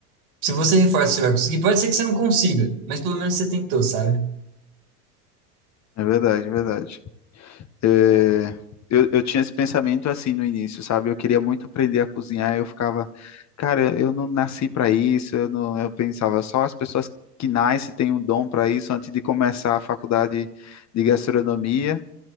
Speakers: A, on the right; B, on the left.
A: se você reforça que você vai conseguir, pode ser que você não consiga, mas pelo menos você tentou, sabe?
B: É verdade, é verdade. É, eu, eu tinha esse pensamento assim no início, sabe? Eu queria muito aprender a cozinhar, eu ficava, cara, eu não nasci para isso, eu não, eu pensava só as pessoas que nascem têm um dom para isso antes de começar a faculdade de gastronomia.